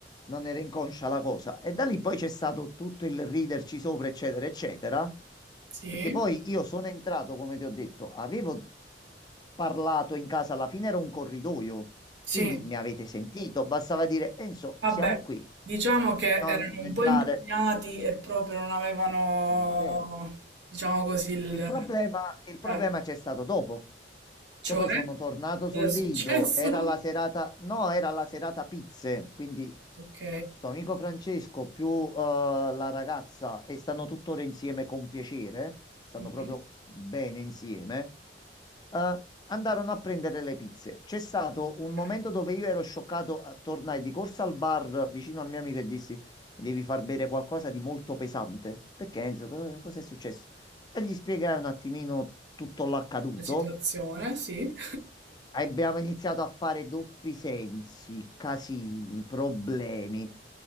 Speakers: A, on the left (about 25°); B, on the right (about 80°).
A: non era inconscia la cosa. E da lì poi c'è stato tutto il riderci sopra, eccetera, eccetera.
B: Sì.
A: Perché poi io sono entrato, come ti ho detto, avevo parlato in casa, alla fine era un corridoio.
B: Sì.
A: Quindi mi avete sentito, bastava dire Enzo,
B: Vabbè,
A: siamo qui,
B: diciamo che
A: non
B: erano un
A: entrare.
B: po' impegnati e proprio non avevano,
A: Quello è vero.
B: diciamo così, il...
A: Il problema, il problema
B: eh,
A: c'è stato dopo,
B: cioè,
A: che poi sono tornato
B: cosa
A: sul
B: è successo?
A: Lido, era
B: <laughs>
A: la serata, no, era la serata pizze, quindi
B: Ok,
A: sto amico Francesco più eh, la ragazza e stanno tuttora insieme con piacere, stanno
B: mhm,
A: proprio bene insieme, eh, andarono a prendere le pizze. C'è stato
B: ok.
A: un momento dove io ero scioccato, eh, tornai di corsa al bar vicino al mio amico e dissi, mi devi far bere qualcosa di molto pesante, perché Enzo, cosa è successo? e gli spiegare un attimino tutto l'accaduto.
B: La situazione, sì,
A: Abbiamo iniziato a fare doppi sensi, casini, problemi.